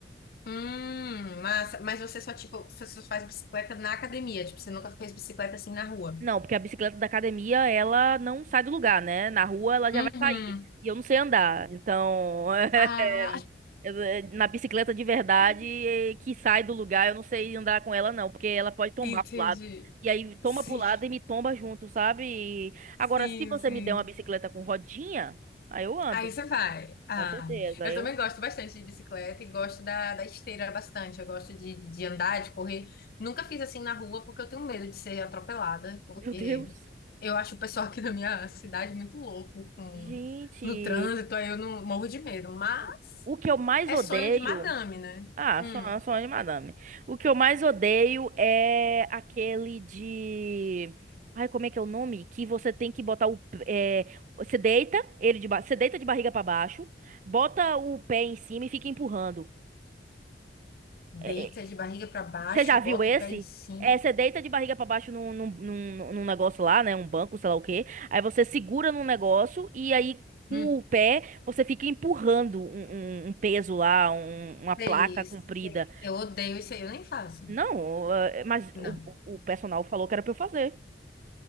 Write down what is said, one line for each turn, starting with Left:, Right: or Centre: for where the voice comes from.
Left: Hum, massa. Mas você só, tipo, você só faz bicicleta na academia. Tipo, você nunca fez bicicleta assim na rua.
Right: Não, porque a bicicleta da academia, ela não sai do lugar, né? Na rua ela já
Left: Uhum.
Right: vai sair. E eu não sei andar. Então, <laughs>
Left: Ah,
Right: eu- eh, na bicicleta de verdade,
Left: <laughs>
Right: eh, que sai do lugar, eu não sei andar com ela, não, porque ela pode tombar
Left: entendi.
Right: pro lado. E aí toma
Left: Sim,
Right: pro lado e me tomba junto, sabe? E-
Left: sim,
Right: Agora, se você
Left: sim.
Right: me der uma bicicleta com rodinha, aí eu ando,
Left: Aí você vai. Ah,
Right: com certeza.
Left: eu
Right: Aí
Left: também
Right: Eu...
Left: gosto bastante de bicicleta e gosto da, da esteira bastante. Eu gosto de, de andar, de correr. Nunca fiz assim na rua porque eu tenho medo de ser atropelada, porque
Right: <laughs> Meu Deus.
Left: eu acho o pessoal aqui <laughs> da minha cidade muito louco com,
Right: Gente,
Left: no trânsito, aí eu não morro de medo. Mas
Right: o o que eu mais
Left: é
Right: odeio.
Left: sonho de madame, né?
Right: Ah,
Left: Hum,
Right: sou, eu sou de madame. O que eu mais odeio é aquele de. Ai, como é que é o nome? Que você tem que botar o. É... Você deita ele de ba... você deita de barriga pra baixo, bota o pé em cima e fica empurrando.
Left: deita
Right: É, é,
Left: de barriga pra baixo,
Right: Você já viu
Left: bota
Right: esse?
Left: o pé em cima.
Right: É, você deita de barriga pra baixo num, num, num, num negócio lá, né? Um banco, sei lá o quê. Aí você segura num negócio e aí com
Left: Hum,
Right: o pé você fica empurrando um, um- um peso lá, um- uma placa
Left: sei,
Right: comprida.
Left: sei. Eu odeio isso aí, eu nem faço.
Right: Não, eh, mas
Left: Não.
Right: o, o personal falou que era pra eu fazer.